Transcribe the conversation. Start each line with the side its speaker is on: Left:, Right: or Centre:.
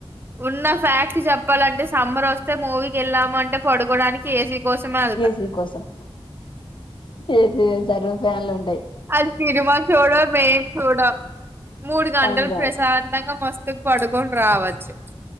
Right: ఉన్న ఫ్యాక్ట్ చెప్పాలంటే సమ్మర్ వస్తే మూవీకి వెళ్ళామ అంటే పడుకోడానికి ఏసీ కోసమే ఎళ్తాం
Left: ఏజీ కోసం ఏజీ సారు వన్ ఉంటే
Right: అది సినిమా చూడ మేం చూడ మూడు గంటలు
Left: టైం రాదు
Right: ప్రశాంతంగా మస్త తు పడుకొని రావచ్చు